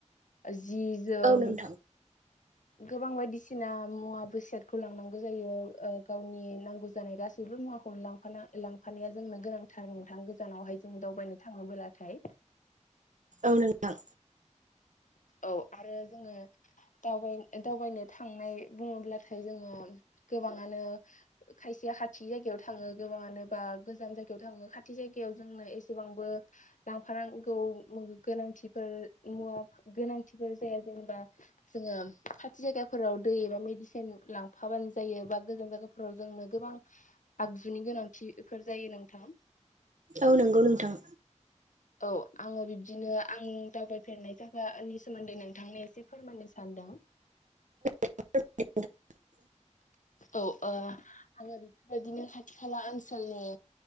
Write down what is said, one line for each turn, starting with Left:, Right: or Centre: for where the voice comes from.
Left: जि जोम
Right: औ नोंथां
Left: गोबां बायदिसिना मुवा बेस खौ लांनांगौ जायो गावनि नांगौ जानाय गासैबो मुवाखौनो लांफानाया जोंनो गोनांथार नोंथां गोजानावहाय जों दावबायनो थाङोबोलाथाय
Right: औ नोंथां।
Left: औ आरो जोङो दावबाय दावबायनो थांनाय बुङोब्लाथाय जोङो गोबाङानो खायसेया खाथि जायगायाव थाङो गोबाङानो बा गोजान जायगायाव थाङो खाथि जायगायाव जोंनो एसेबांबो लांफानांगौ गोनांथिफोर मुवा गोनांथिफोर जाया जेनेबा। जोङो खाथि जायगाफोराव दै एबा मेडिसिन लांफाबानो जायो बा गोजान जायगा फोराव जोंनो गोबां आगजुनि गोनांथिफोर जायो नोंथां।
Right: औ नंगौ नोंथां।
Left: औ आङो बिब्दिनो आं दावबायफेरनाय जाय गा नि सोमोन्दै नोंथांनो एसे फोरमायनो सान्दों।
Right: <unintelligible>
Left: औ ओ आङो बेफोरबायदिनो खाथि खाला ओनसोलनि